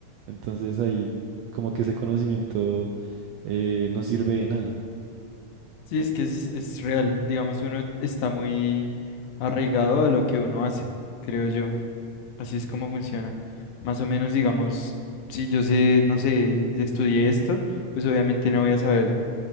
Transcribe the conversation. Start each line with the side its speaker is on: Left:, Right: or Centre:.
Right: Entonces ahí como que ese conocimiento eh, no sirve de nada.
Left: Sí, es que es, es real. Digamos, uno está muy arraigado a lo que uno hace, creo yo. Así es como funciona. Más o menos, digamos, si yo sé, no sé, estudié esto, pues obviamente no voy a saber,